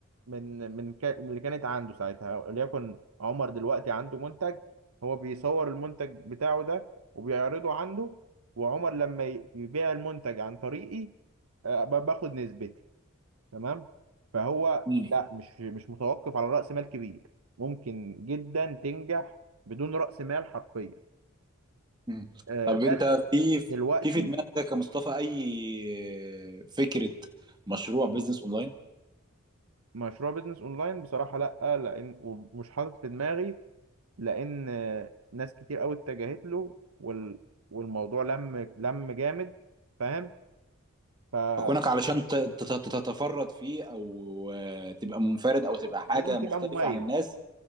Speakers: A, on the right (about 80°); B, on the right (about 20°).
A: من من كا... من اللي كانت عنده ساعتها وليكن عمر دلوقتي عنده منتج هو بيصور المنتج بتاعه ده وبيعرضه عنده وعمر لما ي- يبيع المنتج عن طريقي آه، ب- باخد نسبتي تمام فهو
B: امم
A: لا مش مش متوقف على رأس مال كبير ممكن جدا تنجح بدون رأس مال حرفيا
B: أمم.
A: آه،
B: طب
A: بس
B: انت في
A: دلوقتي
B: في في دماغك يا مصطفى اي فكره مشروع بيزنس اونلاين
A: مشروع بيزنس اونلاين بصراحة لا لان ومش حاطط في دماغي لان ناس كتير قوي اتجهت له وال... والموضوع لم لم جامد فاهم فلازم
B: كونك علشان ت- ت- ت- تتفرد فيه او آه، تبقى منفرد او تبقى حاجه
A: تبقى
B: مختلفه
A: مميز
B: عن الناس